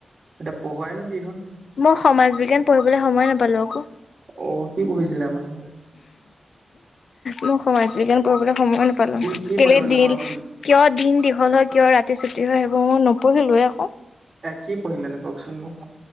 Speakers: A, on the right (about 45°); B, on the left (about 65°).
A: এতিয়া পঢ়োৱাই নো কি হ'ল।
B: মই সমাজ বিজ্ঞান পঢ়িবলৈ সময় নাপালো আকৌ।
A: অ' কি পঢ়িছিলে মানে।
B: মই সমাজ বিজ্ঞান পঢ়িবলৈ সময় নাপালো
A: কি কি
B: কেলে
A: পঢ়িবলৈ
B: দিল
A: সময় পাইছিল
B: কিয় দিন দীঘল হয়, কিয় ৰাতি ছুটি হয়, সেইবোৰ মই নপঢ়িলোৱে আকৌ।
A: এ কি পঢ়িলেনে কওঁকচোন মোক।